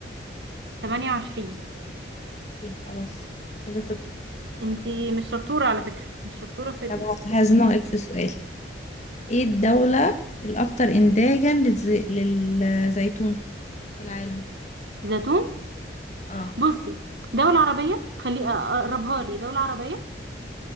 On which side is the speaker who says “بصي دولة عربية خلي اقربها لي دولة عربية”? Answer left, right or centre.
Right